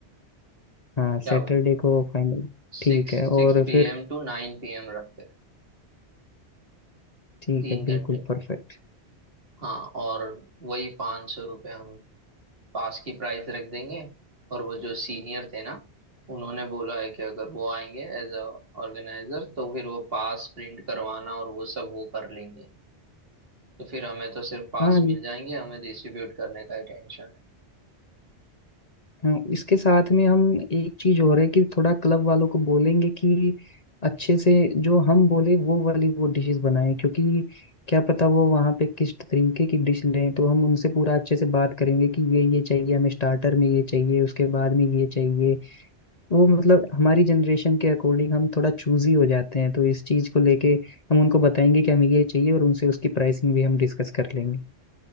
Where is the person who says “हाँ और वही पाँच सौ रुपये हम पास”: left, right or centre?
Right